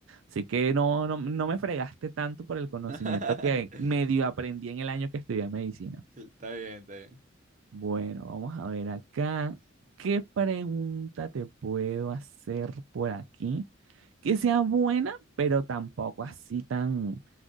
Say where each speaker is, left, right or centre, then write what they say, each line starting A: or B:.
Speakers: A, on the right; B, on the right.
A: Así que no, no, no me fregaste tanto por el conocimiento
B: <laughs>
A: que medio aprendí en el año que estudié medicina.
B: Está bien, está bien.
A: Bueno, vamos a ver acá. ¿Qué pregunta te puedo hacer por aquí? Que sea buena, pero tampoco así tan,